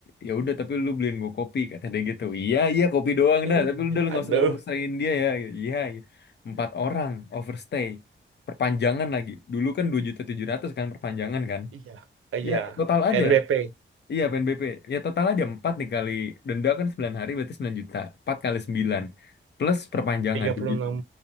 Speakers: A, on the left (about 55°); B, on the right (about 80°).
A: ya udah tapi lu beliin gua kopi kata dia gitu iya iya kopi doang dah
B: Ih,
A: tapi lu udah lu nggak
B: aduh
A: usah overstayin dia ya iya iya. empat orang overstay perpanjangan lagi dulu kan dua juta tujuh ratus kan perpanjangan kan
B: Iya, iya.
A: ya total aja
B: NBP
A: iya PNBP ya total aja empat dikali. denda kan sembilan hari berarti sembilan juta empat kali sembilan plus perpanjangan
B: enam
A: dua juta